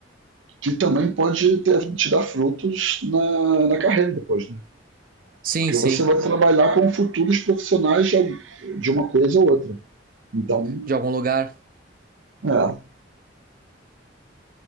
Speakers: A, on the right; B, on the right.
A: que também pode ter, tirar frutos na, na carreira depois, né?
B: Sim,
A: Porque
B: sim.
A: você vai trabalhar com futuros profissionais de, uma coisa ou outra. Então,
B: De algum lugar.
A: é,